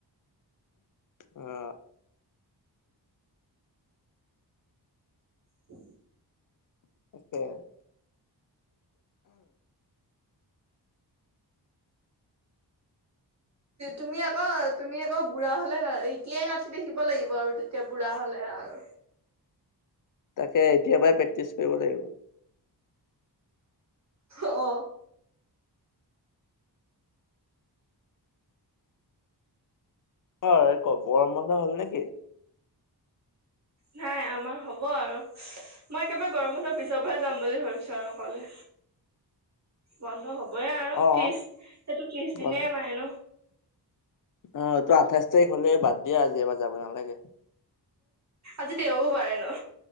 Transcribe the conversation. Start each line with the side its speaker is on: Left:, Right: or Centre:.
Left: অ
Right: উ
Left: অকে <inaudible>
Right: তুমি আকৌ তুমি আকৌ বুঢ়া হলো এতিয়াই নাতি দেখিব লাগিব আৰু তেতিয়া বুঢ়া হলে আৰু
Left: তাকে এতিয়াৰ পৰাই প্ৰেক্টিচ কৰিব লাগিব
Right: অ
Left: হয় ক বৰম বন্ধ হ'ল ন
Right: নাই আমাৰ হ'ব আৰু মই একেবাৰে গৰম হতৰ পিছৰ পৰা যাম বুলি ভাবিছো আৰু অকলে বন্ধ হ'ব হবইে আৰু
Left: অ
Right: ত্ৰিশ সেইটো ত্ৰিশ দিন
Left: বন
Right: মায় ন
Left: অ তো আঠাইছ তাৰিখ হলে বাদ দিয়া আজি এবাৰ যাব নালাগে
Right: আজি দেওও পাৰে ন